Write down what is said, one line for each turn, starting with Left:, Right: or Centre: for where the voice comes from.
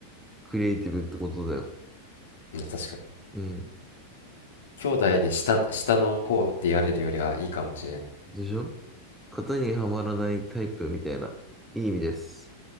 Centre: クリエイティブってことだよ。
Left: うん確かに。
Centre: うん。
Left: 兄弟で下、下の方って言われるよりはいいかもしれん。
Centre: でしょ型にはまらないタイプみたいな。いい意味です。